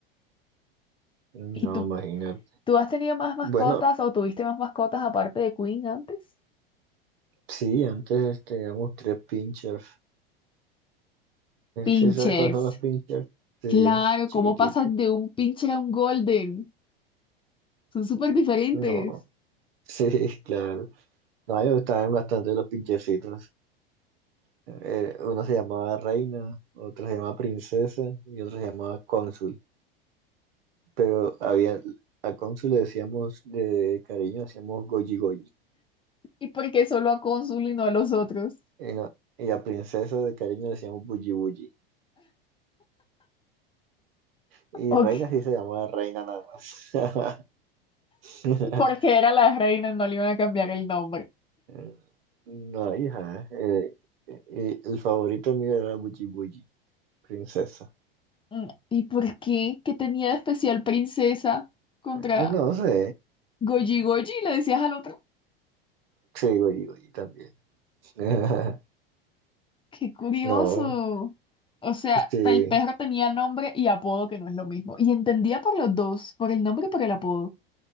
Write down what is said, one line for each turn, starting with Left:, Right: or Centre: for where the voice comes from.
Right: No,
Left: ¿Y tú?
Right: imagínate.
Left: ¿Tú has tenido más mascotas
Right: Bueno,
Left: o tuviste más mascotas aparte de Queen antes?
Right: sí, antes teníamos tres pinchers.
Left: Pinchers.
Right: ¿Sí sabes cuáles son los pinchers? Sí,
Left: Claro,
Right: los chiquiticos.
Left: ¿cómo pasas de un pincher a un golden? Son súper diferentes.
Right: No, sí, <laughs> claro. No, a mí me gustaban bastante los pinchercitos. Eh, uno se llamaba Reina, otro se llamaba Princesa y otro se llamaba Cónsul. Pero había, a Cónsul le decíamos de cariño, decíamos Goji Goji.
Left: ¿Y por qué solo a Cónsul y no a los otros?
Right: Y, no- y a Princesa de cariño le decíamos Bulli Bulli. Y
Left: Ok.
Right: Reina sí se llamaba Reina nada más. <laughs>
Left: Porque era la reina no le iban a cambiar el nombre.
Right: Eh, No, hija, eh, eh, eh, el favorito mío era Buji Buji, princesa.
Left: Mm, ¿Y por qué? ¿Qué tenía de especial princesa contra
Right: Eh, No sé,
Left: Goji Goji? ¿Le decías al otro?
Right: sí, Goyi Goyi también. <laughs>
Left: Qué curioso.
Right: No,
Left: O sea,
Right: sí,
Left: el perro tenía nombre y apodo que no es lo mismo. Y entendía por los dos, por el nombre y por el apodo.